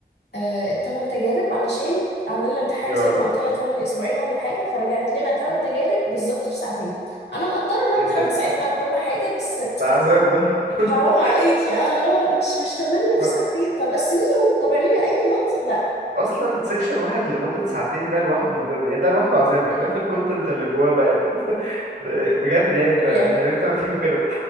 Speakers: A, on the left (about 80°); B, on the right (about 80°).
A: آه، تمن تجارب علشان عندنا الامتحان
B: يا
A: زي ما
B: ربي
A: قلت لها كمان اسبوعين ولا حاجه فرجعت لنا تمن تجارب بالظبط في ساعتين انا مقدره انها
B: يا ساتر
A: بتحاول تساعدنا وكل حاجه بس
B: ده عذاب ده <laughs>
A: حرام عليكي اه لا مش مش تمانية
B: لا
A: في ساعتين طب قسميهم طب اعملي اي منظر لا
B: اصلا سيكشن واحد لمده ساعتين ده لوحده ده, ده لوحده عذاب بخلاف الكونتنت اللي جواه بقى يعني <laughs> ده بجد يعني
A: كيمياء
B: ده عرفت اعمل فيكوا كده